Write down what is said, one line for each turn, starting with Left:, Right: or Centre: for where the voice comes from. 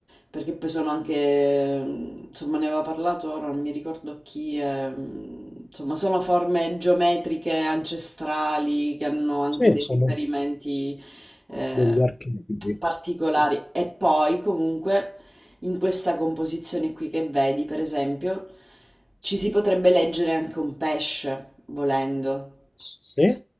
Right: perché poi sono anche, ehm, insomma, ne aveva parlato ora, non mi ricordo chi, ehm, insomma, sono forme geometriche ancestrali che hanno anche
Left: Sì,
Right: dei
Left: sono
Right: riferimenti eh,
Left: degli archetipi.
Right: particolari e poi comunque... In questa composizione qui che vedi, per esempio, ci si potrebbe leggere anche un pesce, volendo.
Left: Sì,